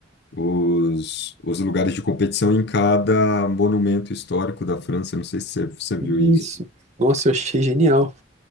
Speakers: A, on the left; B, on the right.
A: os, os lugares de competição em cada monumento histórico da França. Não sei se você, você viu
B: Isso,
A: isso.
B: nossa, eu achei genial.